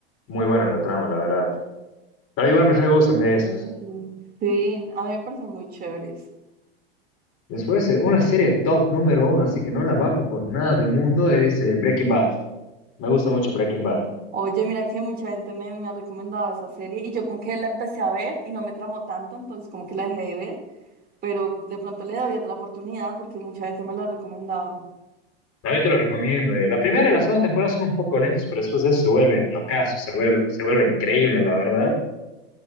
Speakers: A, on the left; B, on the right.
A: muy buena la trama, la verdad. Pero igual me re gustan de esas.
B: Mm, Sí, a mí me parecen muy chéveres.
A: Después,
B: muy
A: eh, una
B: chévere.
A: serie top número uno, así que no la bajo por nada del mundo, es eh, Breaking Bad. Me gusta mucho Breaking Bad.
B: Oye, mira que mucha gente me, me ha recomendado esa serie y yo como que la empecé a ver y no me tramó tanto, entonces como que la dejé de ver, pero de pronto le doy otra oportunidad porque mucha gente me la ha recomendado.
A: No, yo te lo recomiendo. eh. La primera y la segunda temporada son un poco lentos, pero después de eso se vuelve locazo, se vuelve, se vuelve increíble, la verdad.